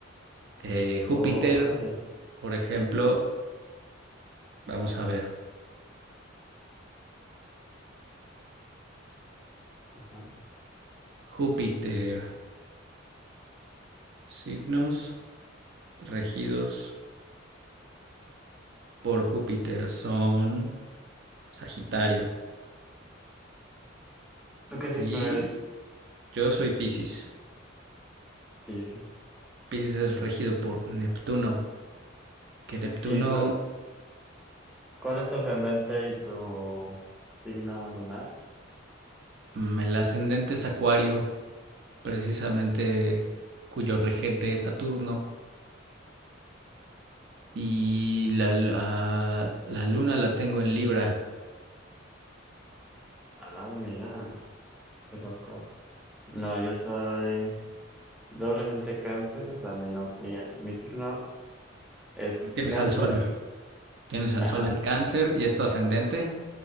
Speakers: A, on the right; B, in the centre.
A: Eh, Júpiter,
B: Órale.
A: por ejemplo, vamos a ver,
B: Ajá.
A: Júpiter, signos regidos por Júpiter son Sagitario
B: ¿Tú qué signo
A: y
B: eres?
A: yo soy Piscis.
B: Piscis.
A: Piscis es regido por Neptuno, que Neptuno,
B: ¿Y tú, cuál es tu ascendente y tu signo lunar?
A: mm, el ascendente es Acuario, precisamente cuyo regente es Saturno. Y la, lu- a- la luna la tengo en Libra,
B: Ah, mira, qué loco. No, yo soy Doblemente cáncer, o sea, mi, no- mi, mi signo es
A: donde tienes
B: cáncer,
A: al sol. Tienes al
B: ajá,
A: sol en Cáncer y es tu ascendente.